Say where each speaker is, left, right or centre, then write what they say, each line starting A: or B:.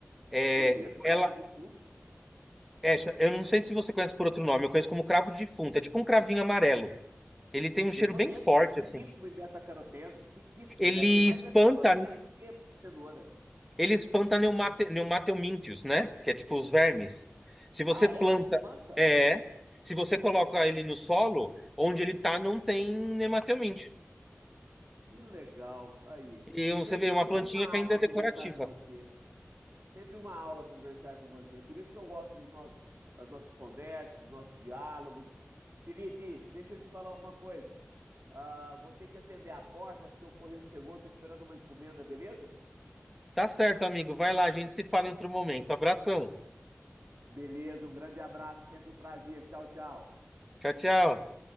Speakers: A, in the centre; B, on the right.
A: é,
B: Conheço o cravo
A: ela
B: de defunto.
A: é, cha- eu não sei se você conhece por outro nome, eu conheço como cravo de defunto, é tipo um cravinho amarelo. Ele tem um cheiro
B: Eu conheço,
A: bem forte
B: é riquíssimo
A: assim.
B: em beta-caroteno, riquíssimo
A: Ele
B: em beta, tem mais
A: espanta,
B: beta-caroteno do que cenoura.
A: ele espanta neumate, neumateomíntios, né? Que é tipo os vermes. Se você
B: Ah,
A: planta,
B: é? Espanta?
A: é, se você coloca ele no solo, onde ele tá não tem nemateomíntio.
B: Que legal. Aí.
A: E você
B: Sempre,
A: vê uma
B: sempre
A: plantinha
B: uma aula
A: que ainda é decorativa.
B: conversar com você. Sempre uma aula conversar com você. Por isso que eu gosto dos nossos, das nossas conversas, dos nossos diálogos. Felipe, deixa eu te falar uma coisa. Ah, vou ter que atender a porta porque o correio chegou. Tô esperando uma encomenda, beleza?
A: Tá certo, amigo. Vai lá, a gente se fala em outro momento. Abração.
B: Beleza, um grande abraço, sempre um prazer. Tchau, tchau.
A: Tchau, tchau.